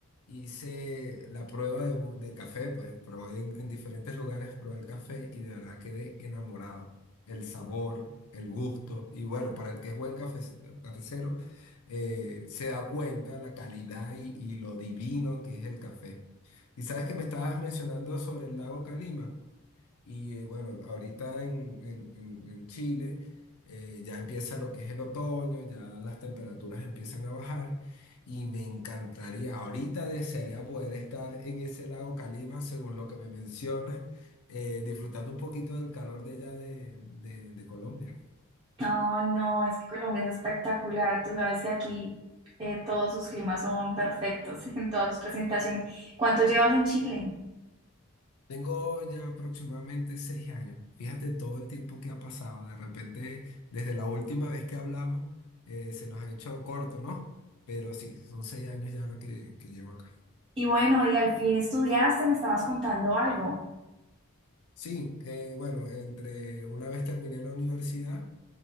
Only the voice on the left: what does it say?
hice la prueba de, mu- de café, pues probé en, en diferentes lugares, probé el café y de verdad quedé enamorado. El sabor, el gusto, y bueno, para el que es buen cafe, cafecero, eh, se da cuenta la calidad y, y lo divino que es el café. Y sabes que me estabas mencionando sobre el lago Calima. Y eh, bueno, ahorita en, en- en- en Chile eh, ya empieza lo que es el otoño, ya las temperaturas empiezan a bajar y me encantaría, ahorita desearía poder estar en ese lago Calima, según lo que me mencionas, eh, disfrutando un poquito del calor de allá de de- de Colombia.
Tengo ya aproximadamente seis años. Fíjate todo el tiempo que ha pasado. De repente, desde la última vez que hablamos, eh, se nos ha hecho corto, ¿no? Pero sí, son seis años ya lo que, que llevo acá.
Sí, eh, bueno, entre una vez terminé la universidad,